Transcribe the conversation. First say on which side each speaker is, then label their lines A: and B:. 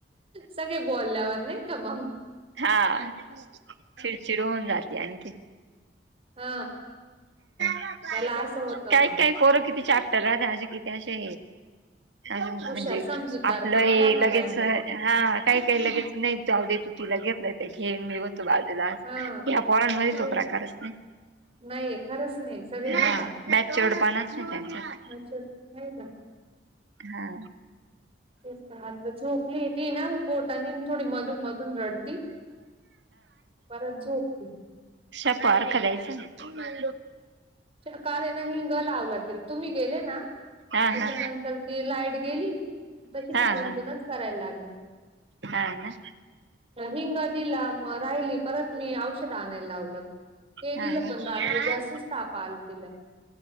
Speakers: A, on the right (about 35°); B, on the right (about 85°).
A: सगळे बोलल्यावर नाही का मंग
B: हा चिडचिड होऊन जाते आणखी
A: हा
B: काय
A: त्याला असं होतं मग
B: काय पोर किती चॅप्टर राहत्या असे किती असे अजून म्हणजे
A: हुशार समजूतदारपणा
B: आपलं
A: राहतो
B: लगेच
A: काहींमध्ये
B: हा काय काय लगेच नई जाऊ दयायच तीला. घेतलंय त घे मी वतो बाजूला
A: हा
B: या पोरांमध्ये तो
A: तेच
B: प्रकारच नाय.
A: नाहीये खरंच नाही सगळे
B: हा
A: नाही का
B: बैचवढ पाणचा आहे त्यांच्यात.
A: नाही ना
B: हा.
A: तेच का आता झोप नी ते ना पोट आणि थोडी मधून-मधून रडती परत झोपते.
B: शाप बारका द्यायच ना
A: काल हे ना मी हिंग लावला तिल तुम्ही गेले ना त्याच्यानंतर
B: हा हा
A: ति लाईट गेली तशी
B: हा
A: ती कुणकुणच
B: हा
A: करायला लागली
B: हा ना.
A: हिंग दिला म राहिली परत मी औषधं आणायला लावलं. ते दिलं
B: हा हा
A: पण रात्री जास्तच ताप आला तिला.